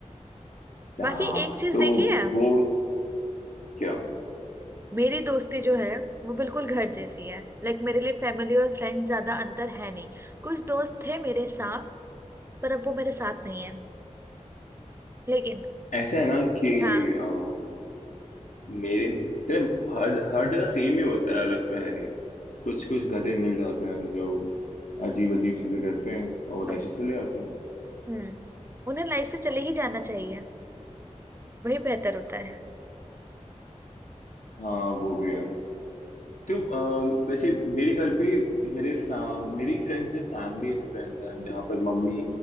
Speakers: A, on the left; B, on the right.
A: हाँ
B: बाकी एक चीज
A: तो
B: देखी है
A: वो क्या
B: मेरी दोस्ती जो है वो बिल्कुल घर जैसी है लाइक मेरे लिए फैमिली और फ्रेंड्स ज्यादा अंतर है नहीं कुछ दोस्त थे मेरे साथ पर अब वो मेरे साथ नहीं है लेकिन
A: ऐसा है ना कि
B: हाँ
A: अम, मेरे सिर्फ हर हर जगह सेम ही होता है अलग तो है नहीं कुछ कुछ गधे मिल जाते हैं जो अजीब अजीब चीजें करते हैं और वो लाइफ
B: अब
A: से चले जाते हैं
B: हम्म उन्हें लाइफ से चले ही जाना चाहिए वही बेहतर होता है
A: हाँ वो भी है तो अम, वैसे मेरे घर पे मेरे फा, मेरी फ्रेंड्स हैं फैमिली ऐसे फ्रेंड्स हैं जहाँ पर मम्मी